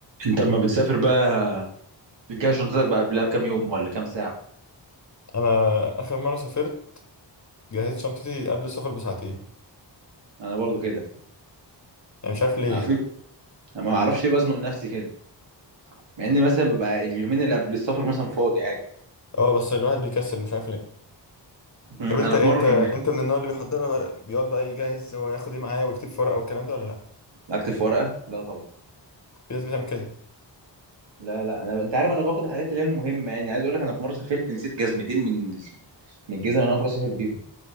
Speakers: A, on the right; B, on the left.
A: انت اما بتسافر بقى بتجهز شنطتك بقى قبلها بكام يوم ولا كام ساعه
B: انا اخر مره سافرت جهزت شنطتي قبل السفر بساعتين
A: انا برضو كده
B: يعني مش عارف ليه
A: انا
B: يعني.
A: في انا ما اعرفش ليه بزنق نفسي كده مع اني مثلا ببقى اليومين اللي قبل السفر مثلا فاضي عادي
B: اه بس الواحد بيكسل مش عارف ليه
A: امم،
B: طب انت
A: انا
B: انت
A: في مره كنت
B: انت من النوع اللي بيحضرها بقى بيقعد بقى يجهز هو هياخد ايه معاه ويكتب في ورقه والكلام ده ولا لا
A: اكتب في ورقه لا طبعا
B: في ناس بتعمل كده
A: لا لا انا انت عارف انا باخد الحاجات اللي هي المهمه يعني عايز اقول لك انا في مره سافرت نسيت جزمتين من من الجزم اللي انا المفروض اسافر بيهم